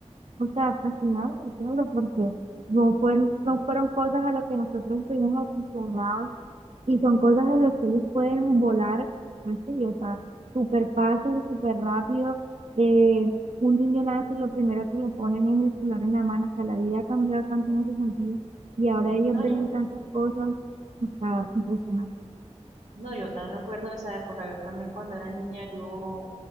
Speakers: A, on the right; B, on the right.
A: o sea, fascinante, claro, porque no fueron, no fueron cosas a las que nosotros estuvimos acostumbrados y son cosas a las que ellos pueden volar, pues sí, o sea, súper fácil, súper rápido. Eh, un niño nace y lo primero que le ponen es el celular en la mano, o sea, la vida ha cambiado tanto en ese sentido y ahora ellos
B: no
A: ven
B: yo,
A: tantas cosas, o sea, impresionante.
B: no yo, también me acuerdo de esa época, yo también cuando era niña, yo,